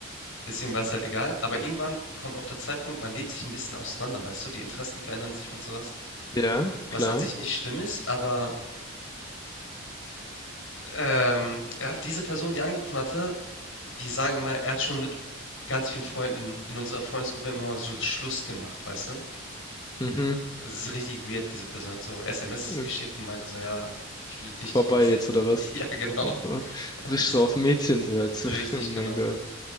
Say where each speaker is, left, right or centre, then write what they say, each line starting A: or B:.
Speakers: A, on the left; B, on the left.
A: Deswegen war es halt egal. Aber irgendwann kommt auch der Zeitpunkt, man lebt sich ein bisschen auseinander, weißt du? Die Interessen verändern sich und sowas.
B: Ja,
A: Was
B: klar.
A: an sich nicht schlimm ist, aber, ähm, ja, diese Person, die angerufen hatte, die sagen immer, er hat schon mit ganz vielen Freunden in unserer Freundesgruppe immer so Schluss gemacht, weißt du?
B: Mhm.
A: Es ist richtig weird, diese Person hat so SMS
B: Äh,
A: geschickt und meinte so, ja, ich will dich
B: Vorbei
A: nicht mehr sehen.
B: jetzt, oder was?
A: <laughs> Ja, genau.
B: <laughs>
A: <laughs>
B: Richtig so auf Mädchen, so als,
A: Richtig,
B: <laughs> oh mein
A: genau.
B: Gott.